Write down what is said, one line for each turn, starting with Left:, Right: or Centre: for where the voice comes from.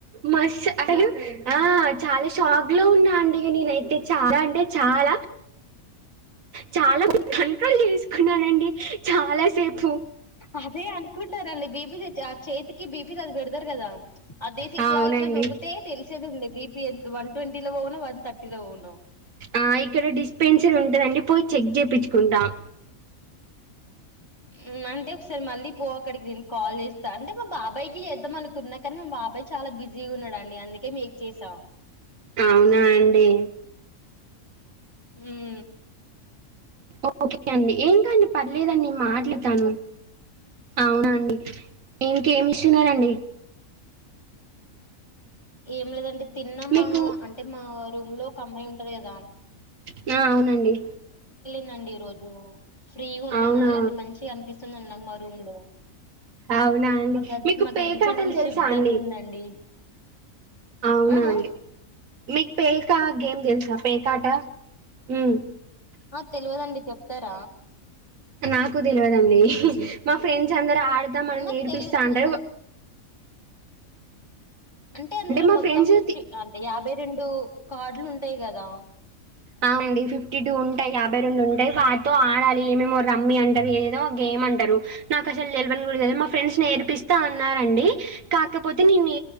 Right: మ అసలు ఆ చాలా షాక్ లో ఉన్నా అండి నేనైతే చాల అంటే చాల చాల కంట్రోల్ చేసుకున్నానండి చాలా సేపు
Left: అదే అనుకుంటరు ఆల్లు బీపి జెత్ జ చేతికి బీపీ అది పెడతారు కదా అదే ఇట్ల
Right: ఆ, అవునండి
Left: ఇట్లా నొక్కితే తెలిసేది ఉండడి బి ఎ వన్ ట్వంటీ లో పోవన థర్టీలో పోను
Right: ఆ ఇక్కడ డిస్పెన్సర్ ఉంటదుడి పోయి చెెక్ చేయిించుకుంట
Left: ఉమ్ అంటే ఒకసారి మళ్ళీ పో అక్కడికి తి కాల్ చేస్తా అంటే మా బాబాయ్కి చేద్దాం అనుకున్నా కానీ మా బాబాయ్ చాల బిజీగా ఉన్నాడండి అందుకే మీకు చేసాం
Right: అవునా అండి
Left: హూ
Right: ఓక అండి ఏంకాండి పర్లేదండి మాట్లాతాను అవునండి ఇంకేమి ఇస్తున్నారండి
Left: ఏం లెదండి తిన్నమ్మ
Right: మీకు
Left: అంటే మా రూమ్లో ఒక అమ్మాయి ఉంటది కదా
Right: న అవునండి
Left: లేదండి ఈ రోజు ఫ్రీగా ఉన్నానండి
Right: అవునా
Left: అంటే మంచిగా కనిపిస్తుంది నాకు మా రూమ్ లో
Right: అవునా అండి
Left: మా గది
Right: మీకు
Left: మా
Right: పేకాటలు
Left: గది చాలా నిశ్శబ్దంగా
Right: తెలుసా అండి
Left: ఉందండి
Right: అవునా
Left: ఆ ఆ
Right: అండి మీకు పేకా గేమ్ తెల్సా పేకాట ఉమ్
Left: ఆ తెల్వదండి చెప్తార
Right: నాకు తెల్వదండి మా ఫ్రెండ్స్ అందరు ఆడదాం మనం
Left: అన్న
Right: నేర్పిస్తా
Left: తెలు
Right: అంట
Left: అంటే అందులో
Right: మా
Left: మొత్తం
Right: ఫ్రెండ్స్
Left: ఫిఫ్టీ
Right: తి
Left: అంటే యాభై రెండు కార్డులు ఉంటయి గదా
Right: అవునండి ఫిఫ్టీ టూ ఉంటాయి యాభై రెండు ఉంటాయి వాటితో ఆడాలి ఏమేమో రమ్మి అంటారు ఏేదో గేమ్ అంటారు నాకు అసలు తెల్వన్ గుడా తెల్పన్ మా ఫ్రెండ్స్ నేర్పిస్తా అన్నారంండి కాకపోతే నేను